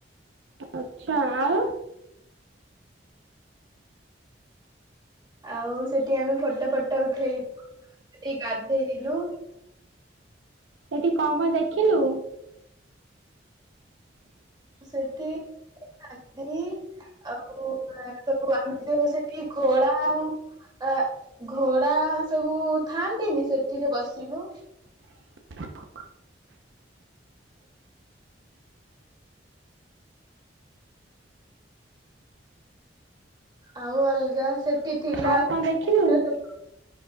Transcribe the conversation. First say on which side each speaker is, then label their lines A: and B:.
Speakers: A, on the right; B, on the right.
A: ଆଛା ଆଉ।
B: ଆଉ ସେଠି ଆମେ ଫଟୋ ଫଟ ଉଠେଇଲୁ ସେଠି ଗାଧେଇଲୁ।
A: ସେଠି କଣ କଣ ଦେଖିଲୁ?
B: ସେଠି <unintelligible> ଆଉ ସବୁ ଆମେ ଯୋଉ ସେଠି ଘୋଳା ଆଉ ଅ ଘୋଡା ସବୁ ଥାଆନ୍ତିନି ସେଥିରେ ବସିଲୁ।
A: <inaudible>
B: ଆଉ ଅଲଗା ସେଠ ସେଠି ଥିଲା
A: ଆଉ କଣ
B: <unintelligible>
A: ଦେଖିଲୁ?